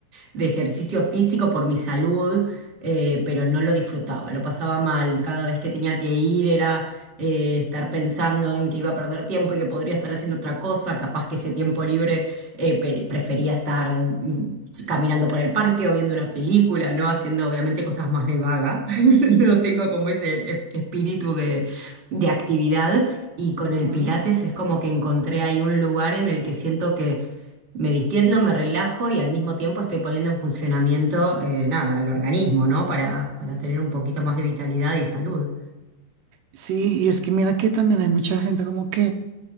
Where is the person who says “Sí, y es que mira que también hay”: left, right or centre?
Right